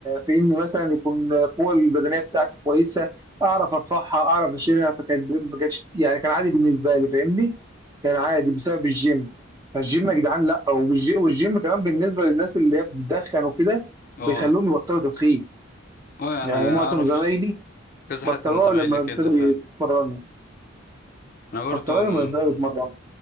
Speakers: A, on the right; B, on the left.
A: في اني مثلا يكون القوه البدنيه بتاعتي كويسه اعرف ارفعها اعرف اشيلها فكانت ما كانتش يعني كان عادي بالنسبه لي فاهمني كان عادي بسبب الجيم فالجيم يا جدعان لا وبالج- والجيم كمان بالنسبه للناس اللي هي بتدخن وكده
B: اه
A: بيخلوهم يبطلوا تدخين
B: اه يعني
A: يعني
B: اعرف
A: معظم زمايلي
B: كذا
A: بطلوها
B: حد من زمايلي
A: لما
B: كده
A: ابتدوا
B: فعلا
A: يتمرنوا
B: انا برضو
A: بطلوها
B: من
A: لما ابتدوا يتمرنوا